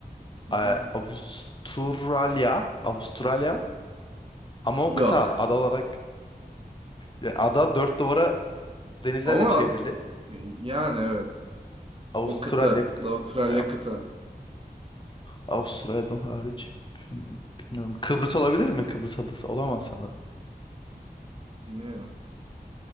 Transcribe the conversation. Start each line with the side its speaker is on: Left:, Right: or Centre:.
Right: Hı
Left: Ee,
Right: hı.
Left: Avustralya. Avustralya. Ama o
Right: Yok.
Left: kıta. Ada olarak. Yani ada dört duvara denizlerle
Right: Ama
Left: çevrili.
Right: e, yani evet.
Left: Avustralya.
Right: O kıta. Avustralya
Left: e,
Right: kıta.
Left: Avustralya'dan hariç. Hmm, Bilmiyorum. Kıbrıs olabilir mi? Kıbrıs adası. Olamaz sanırım.
Right: Bilmiyorum.